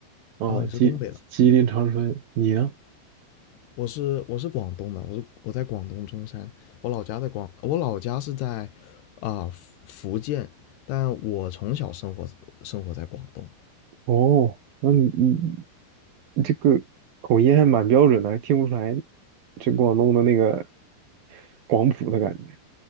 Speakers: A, on the right; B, on the left.
A: 啊，
B: 哦，你是东北的。
A: 吉吉林长春。你呢？
B: 我是我是广东的，我是我在广东中山，我老家在广，我老家是在啊、福福建，但我从小生活生活在广东，
A: 哦，那你你你这个口音还蛮标准的，还听不出来这广东的那个广普的感觉。